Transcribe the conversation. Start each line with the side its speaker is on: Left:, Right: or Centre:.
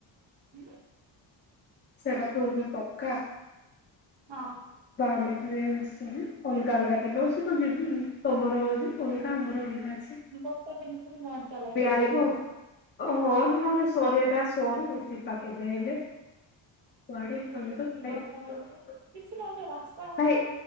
Right: ହୁଁ।
Left: ସେଟା କଉଠି ହିଁ ପକା।
Right: ହଁ।
Left: ତାହାଲେ ବି ସେଇ ଅଲଗା ଅଲଗା ବି ନଉଛି ତ ଯିବିନି ତମର ବି ଅଲଗା ମୋର ଅଲଗା ଅଛି।
Right: ଉଁ ଗୋଟ ଦିନ ରେ ଘର୍ ଚାଲ।
Left: ପିଆଇବୁ ଓହୋ ନହେଲେ ଶରୁ ଏଟା ସରୁ ଯିବା କେବେ ହେଲେ। କୁଆଡ଼େ
Right: ଗୋଟେ
Left: ଆମେ ତ
Right: କି
Left: <unintelligible>
Right: ବର୍ଷା ପଡୁଥିଲା କିଛି ନ ହେଲେ ରାସ୍
Left: ଭାଇ